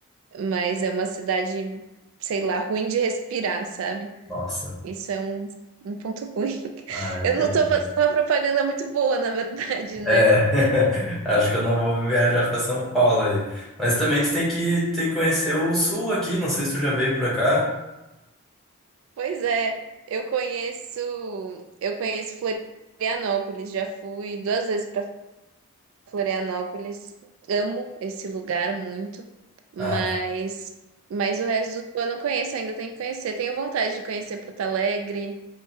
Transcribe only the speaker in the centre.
Nossa.
Ah, entendi.
É, <laughs> acho que eu não vou viajar para São Paulo aí. Mas também tu tem que, tem que conhecer o sul aqui, não sei se tu já veio para cá.
Ah,